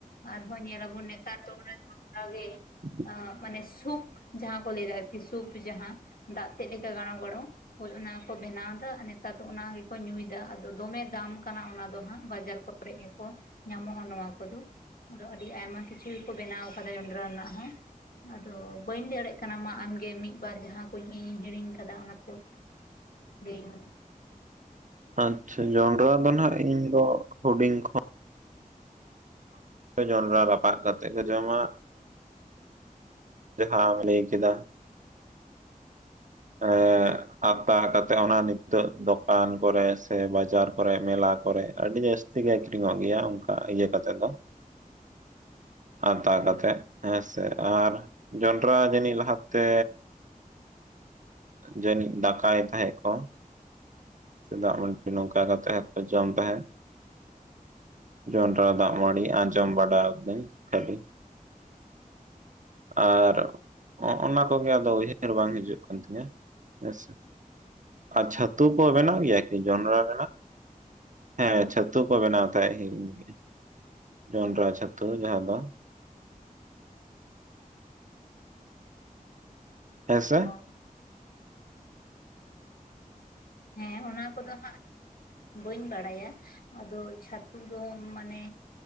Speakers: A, on the left; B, on the right.
A: ᱟᱨᱦᱚᱸ ᱧᱮᱞᱟᱵᱚᱱ ᱱᱮᱛᱟᱨ ᱫᱚ ᱚᱱᱟ ᱡᱚᱱᱰᱨᱟ ᱜᱮ
B: <inaudible>
A: ᱢᱟᱱᱮ ᱥᱩᱯ, ᱡᱟᱦᱟᱸ ᱠᱚ ᱞᱟᱹᱭᱟ ᱟᱨᱠᱤ ᱥᱩᱯ ᱡᱟᱦᱟᱸ ᱫᱟᱜ ᱛᱮᱫ ᱞᱮᱠᱟ ᱜᱟᱲᱚ ᱜᱚᱲᱚ ᱦᱚᱭ ᱚᱱᱟᱠᱚ ᱵᱮᱱᱟᱣ ᱮᱫᱟ, ᱟᱨ ᱱᱮᱛᱟᱨ ᱫᱚ ᱚᱱᱟ ᱜᱮᱠᱚ ᱧᱩᱭᱮᱫᱟ, ᱟᱫᱚ ᱫᱚᱢᱮ ᱫᱟᱢ ᱠᱟᱱᱟ ᱚᱱᱟ ᱫᱚ ᱦᱟᱸᱜ ᱵᱟᱡᱟᱨ ᱠᱚᱨᱮ ᱠᱚᱨᱮ ᱜᱮᱠᱚ ᱧᱟᱢᱚᱜᱼᱟ ᱱᱚᱣᱟ ᱠᱚᱫᱚ ᱟᱫᱚ ᱟᱹᱰᱤ ᱟᱭᱢᱟ ᱠᱤᱪ ᱠᱤᱪᱩ ᱠᱚ ᱵᱮᱱᱟᱣ ᱟᱠᱟᱫᱟ ᱡᱚᱱᱰᱨᱟ ᱨᱮᱱᱟᱜ ᱦᱚᱸ ᱟᱫᱚ ᱵᱟᱹᱧ ᱞᱟᱹᱭ ᱫᱟᱲᱮᱭᱟᱜ ᱠᱟᱱᱟ ᱢᱟ ᱟᱢᱜᱮ ᱢᱤᱫᱵᱟᱨ ᱡᱟᱦᱟᱸ ᱠᱚᱧ ᱦᱤᱲᱤᱧ ᱠᱟᱫᱟ ᱚᱱᱟ ᱠᱚ <inaudible> ᱦᱮᱸ
B: ᱟᱪᱪᱷᱟ, ᱡᱚᱱᱰᱨᱟ ᱫᱚ ᱱᱟᱜ ᱤᱧ ᱫᱚ ᱦᱩᱰᱤᱧ ᱠᱷᱚᱱ ᱡᱚᱱᱰᱨᱟ ᱨᱟᱯᱟᱜ ᱠᱟᱛᱮ ᱠᱚ ᱡᱚᱢᱟ ᱡᱟᱦᱟ ᱞᱟᱹᱭ ᱠᱮᱫᱟ ᱮ ᱟᱛᱟ ᱠᱟᱛᱮᱜ, ᱚᱱᱟ ᱱᱤᱛᱚᱜ ᱫᱚᱠᱟᱱ ᱠᱚᱨᱮ ᱥᱮ ᱵᱟᱡᱟᱨ ᱠᱚᱨᱮ ᱢᱮᱞᱟ ᱠᱚᱨᱮ ᱟᱹᱰᱤ ᱡᱟᱹᱥᱛᱤ ᱡᱟᱹᱥᱛᱤ ᱜᱮ ᱟᱹᱷᱨᱤᱧᱚᱜ ᱜᱮᱭᱟ ᱚᱱᱠᱟ ᱤᱭᱟᱹ ᱠᱟᱛᱮ ᱫᱚ ᱟᱛᱟ ᱠᱟᱛᱮᱫ ᱦᱮᱸ ᱥᱮ ᱟᱨ ᱡᱚᱱᱰᱨᱟ ᱡᱟᱹᱱᱤᱡ ᱞᱟᱦᱟᱛᱮ ᱡᱟᱹᱱᱤᱜ ᱫᱟᱠᱟ ᱭᱮᱫ ᱛᱟᱦᱮ ᱠᱚ ᱥᱮ ᱫᱟᱜ ᱢᱟᱹᱰᱤ ᱱᱚᱠᱟ ᱛᱟᱦᱮᱸ ᱦᱚ ᱡᱚᱢ ᱛᱟᱦᱮᱸ ᱡᱚᱸᱰᱨᱟ ᱫᱟᱜ ᱢᱟᱹᱲᱤ ᱟᱸᱡᱚᱢ ᱵᱟᱲᱟ ᱟᱹᱠᱟᱹᱧ ᱠᱷᱟᱹᱞᱤ ᱟᱨᱜ ᱚᱱᱟ ᱠᱚᱜᱮ ᱟᱫᱚ ᱩᱭᱦᱟᱹᱨ ᱵᱟᱝ ᱦᱤᱡᱩᱜ ᱠᱟᱱ ᱛᱤᱧᱟᱹ ᱦᱮᱪᱮ, ᱪᱷᱟᱹᱛᱩ ᱠᱚ ᱵᱮᱱᱟᱣ ᱜᱮᱭᱟᱠᱤ ᱡᱚᱱᱰᱨᱟ ᱨᱮᱱᱟᱜ, ᱦᱮᱸ ᱪᱷᱟᱹᱛᱩ ᱠᱚ ᱵᱮᱱᱟᱣ ᱛᱟᱦᱮᱸ ᱦᱤᱲᱤᱧ ᱜᱮ ᱡᱚᱱᱰᱨᱟ ᱪᱟᱹᱛᱩ ᱡᱟᱦᱟᱸ ᱫᱚ ᱦᱮᱸᱥᱮ
A: ᱢᱮ ᱦᱮᱸ ᱚᱱᱟ ᱠᱚᱫᱚ ᱦᱟᱸᱜ ᱫᱚ ᱵᱟᱹᱧ ᱵᱟᱲᱟᱭᱟ, ᱟᱫᱚ ᱪᱷᱟᱹᱛᱩ ᱫᱚ ᱢᱟᱱᱮ